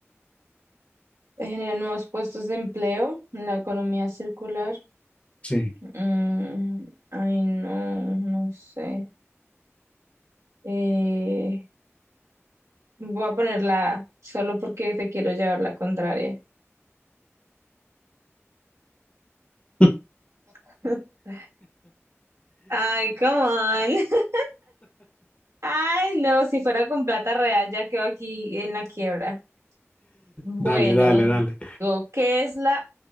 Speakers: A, on the right; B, on the left.
A: eh, Genera nuevos puestos de empleo, la economía circular.
B: Sí.
A: mm, ay, no, no sé. Eh, voy a poner la A, solo porque te quiero llevar la contraria.
B: <laughs>
A: <laughs> Ay, come on. <laughs> Ay, no, si fuera con plata real ya quedo aquí en la quiebra. Bueno,
B: Dale, dale, dale.
A: digo, ¿qué es la